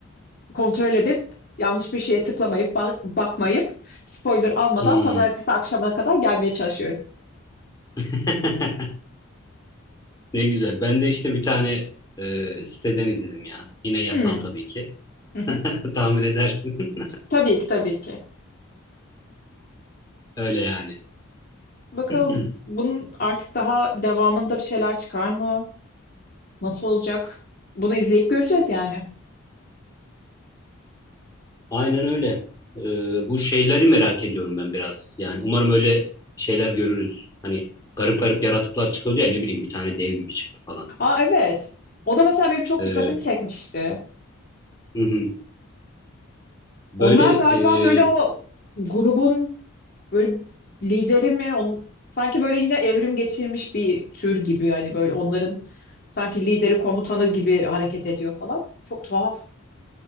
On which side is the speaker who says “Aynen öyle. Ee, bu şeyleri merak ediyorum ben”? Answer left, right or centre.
Left